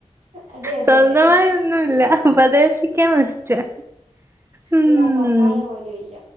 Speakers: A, on the right; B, on the right.
A: അതെ അതെ
B: സ്വന്തമായി
A: അതെ ആ
B: ഒന്നുല്ല ഉപദേശിക്കാൻ ഫസ്റ്റാ ഉം
A: ഇവിടെ ആ പപ്പായ പോലും ഇല്ല